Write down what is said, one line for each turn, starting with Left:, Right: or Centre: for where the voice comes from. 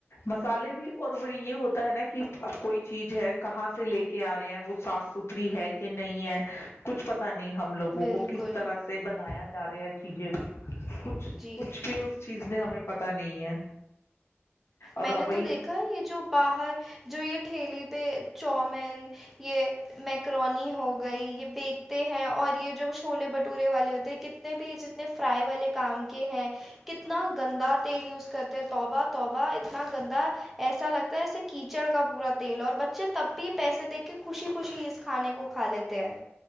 Left: مسالے بھی اور ب یہ ہوتا ہے نا کہ اب کوئی چیز ہے کہاں سے لے کے آ رہے ہیں وہ صاف ستھری ہے کہ نہیں ہے کچھ پتا نہیں نے ہم لوگوں
Centre: بالکل
Left: کو کس طرح سے بنایا ج جا رہے ہے چیزیں کو کچھ
Centre: جی
Left: کچھ بھی اس چیز میں ہم پتا نہیں ہے اور
Centre: میں نے تو
Left: وہی
Centre: دیکھا یہ جو باہر جو یہ ٹھیلی پہ چاومین یہ میکرونی ہو گئی یہ بییکتے ہیں اور یہ جو چھولے بھٹورے والے ہوتے ہیں کتنے بھی جتنے فرائی والے کام کے ہیں کتنا گندا تیل یوز کرتے ہیں توبہ توبہ اتنا گندا ایسا لگتا ہے جسے کیچڑ کا پورا تیل اور بچے تب بھی پیسے دے کے خوشی خوشی اس کھانے کو کھا لیتے ہیں